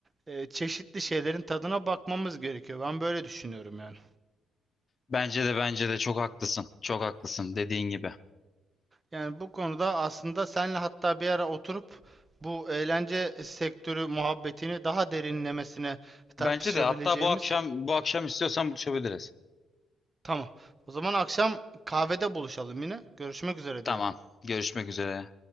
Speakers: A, on the right (about 30°); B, on the left (about 40°).
A: e, çeşitli şeylerin tadına bakmamız gerekiyor. Ben böyle düşünüyorum yani.
B: Bence de bence de çok haklısın. Çok haklısın dediğin gibi.
A: Yani bu konuda aslında senle hatta bir ara oturup bu eğlence sektörü muhabbetini daha derinlemesine tartışabileceğimiz.
B: Bence de hatta bu akşam bu akşam istiyorsan buluşabiliriz.
A: Tamam. O zaman akşam kahvede buluşalım yine. Görüşmek üzere
B: Tamam.
A: diyelim.
B: Görüşmek üzere.